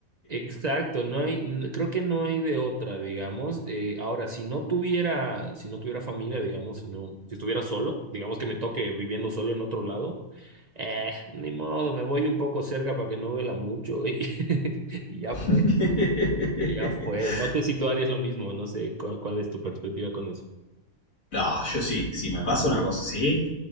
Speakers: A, on the right; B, on the left.
A: Exacto, no hay, n- creo que no hay de otra, digamos. Eh, ahora, si no tuviera, si no tuviera familia, digamos, si no, si estuviera solo, digamos que me toque viviendo solo en otro lado. Eh, ni modo, me voy un poco cerca para que no duela mucho <laughs> y, ya
B: <laughs>
A: fue, y ya fue. No sé si tú harías lo mismo, no sé cuál, cuál es tu perspectiva con eso.
B: No, yo sí, si me pasa una cosa así,